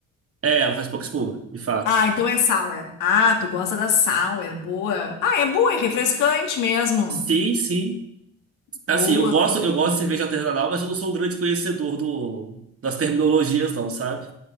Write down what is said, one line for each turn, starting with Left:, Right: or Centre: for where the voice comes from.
Right: É, ela faz pouca espuma, de fato.
Left: Ah, então é sour. Ah, tu gosta da sour. Boa. Ah, é boa, é refrescante mesmo.
Right: Sim, sim. Assim,
Left: Boa.
Right: eu gosto, eu gosto de cerveja artesanal, mas eu não sou um grande conhecedor do, das terminologias, não, sabe?